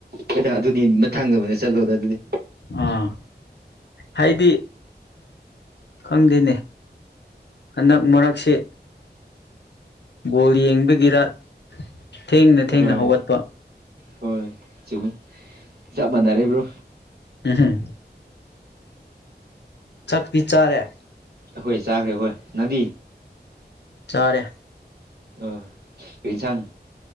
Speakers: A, on the right (about 65°); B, on the left (about 75°).
A: ꯍꯣꯏꯗ ꯑꯗꯨꯗꯤ ꯃꯊꯪꯗ ꯑꯣꯏꯅ ꯆꯠꯂꯣꯗ ꯑꯗꯨꯗꯤ
B: ꯑꯥ ꯍꯥꯏꯗꯤ ꯈꯪꯗꯦꯅꯦ ꯍꯟꯗꯛ ꯃꯔꯛꯁꯦ ꯕꯣꯜ ꯌꯦꯡꯕꯒꯤꯔ ꯊꯦꯡꯅ ꯊꯦꯡꯅ
A: ꯍꯣꯏ
B: ꯍꯧꯒꯠꯄ
A: ꯍꯣꯏ ꯆꯨꯝꯃꯤ ꯆꯞ ꯃꯥꯟꯅꯔꯦ ꯕ꯭ꯔꯣ
B: ꯎꯝꯍꯝ ꯆꯛꯇꯤ ꯆꯥꯔꯦ
A: ꯑꯈꯣꯏ ꯆꯥꯈ꯭ꯔꯦ ꯍꯣꯏ ꯅꯪꯗꯤ
B: ꯆꯥꯔꯦ
A: ꯑꯤ ꯀꯩ ꯏꯟꯁꯥꯡ